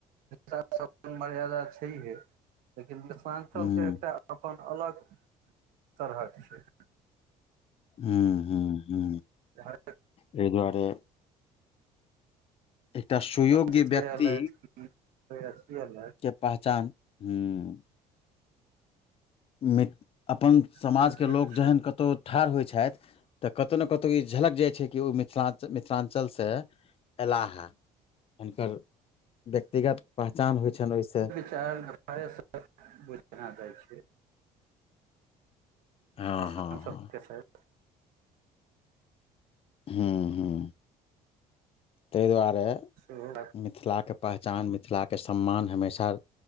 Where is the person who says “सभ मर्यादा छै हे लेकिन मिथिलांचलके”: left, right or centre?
Right